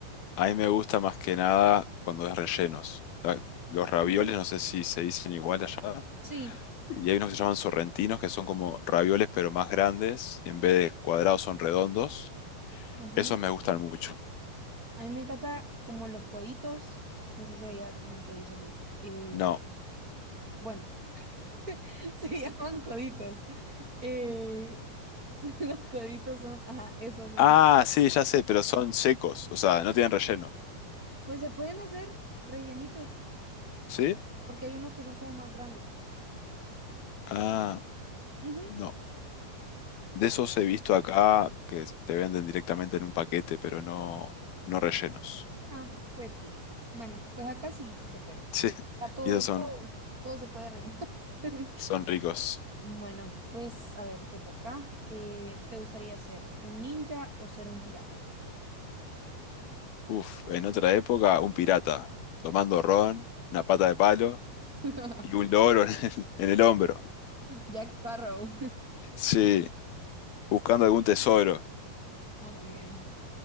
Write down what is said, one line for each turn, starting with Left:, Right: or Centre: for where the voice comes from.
Left: A mí me gusta más que nada cuando es rellenos. Ah, Los ravioles,
Right: Ujú.
Left: no sé si se dicen igual allá.
Right: Sí,
Left: Y hay unos que se llaman sorrentinos, que son como ravioles, pero más grandes. Y en vez de cuadrados, son redondos.
Right: ajá.
Left: Esos me gustan mucho.
Right: A mí me encanta como los coditos, no sé si allá también se dice así. eh,
Left: No.
Right: lo- bueno, <laughs> Se llaman coditos. Eh, <laughs> los coditos son, ajá, esos son
Left: Ah,
Right: los.
Left: sí, ya sé, pero son secos. O sea, no tienen relleno.
Right: Pues se pueden hacer rellenitos,
Left: ¿Sí?
Right: porque hay unos que son como más grandes.
Left: Ah,
Right: Ujú.
Left: no. De esos he visto acá que te venden directamente en un paquete, pero no, no rellenos. <laughs>
Right: Ah, pues sí. Bueno, pues acá sí, sí se puede.
Left: Sí.
Right: Acá todo,
Left: Y esos son
Right: todo, todo se puede rellenar. <laughs>
Left: Son ricos.
Right: Bueno, pues a ver, te toca. Eh, ¿te gustaría ser un ninja o ser un pirata?
Left: Uf, en otra época, un pirata tomando ron, una pata de palo
Right: <laughs>
Left: y un loro en el, en el hombro.
Right: Jack Sparrow.
Left: Sí, buscando algún tesoro.
Right: Ah, muy bien,